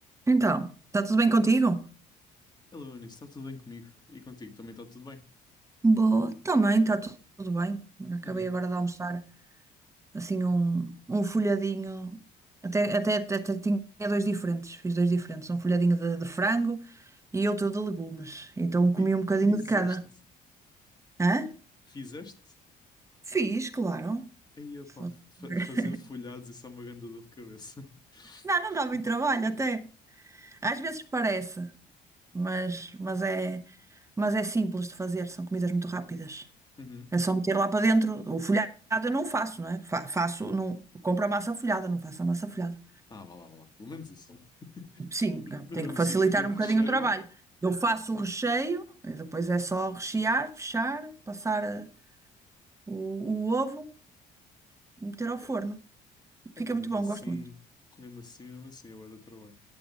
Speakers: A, on the right; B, on the left.
A: Então, está tudo bem contigo?
B: Alô, Anis, está tudo bem comigo? E contigo também está tudo bem?
A: Boa, também está tu- tudo bem. Acabei
B: Uhum.
A: agora de almoçar assim um, um folhadinho, até, até, até, até tinha dois diferentes, fiz dois diferentes, um folhadinho de, de frango e outro de legumes. Então comi
B: Fi-
A: um bocadinho
B: Fizeste?
A: de cada. Hã?
B: Fizeste?
A: Fiz, claro.
B: Aí, opá,
A: Foi.
B: fa-
A: <laughs>
B: fazer folhados, isso é uma grande dor de cabeça.
A: Não, não
B: <laughs>
A: dá muito trabalho até. Às vezes parece, mas, mas é, mas é simples de fazer, são comidas muito rápidas.
B: Uhum.
A: É só meter lá para dentro. O folhado eu não faço, não é? Fa- faço, não, compro a massa folhada, não faço a massa folhada.
B: Ah, vá lá, vá lá. Pelo menos isso. <laughs>
A: Sim,
B: Mas
A: eu
B: mas
A: tenho
B: mesmo
A: que facilitar
B: assim, fazer o
A: um
B: recheio...
A: bocadinho o trabalho. Eu faço o recheio, e depois é só rechear, fechar, passar eh, o, o ovo e meter ao
B: É
A: forno.
B: é
A: Fica
B: pá,
A: muito
B: mesmo
A: bom,
B: assim...
A: gosto muito.
B: Mesmo assim, mesmo assim, eu era trabalho.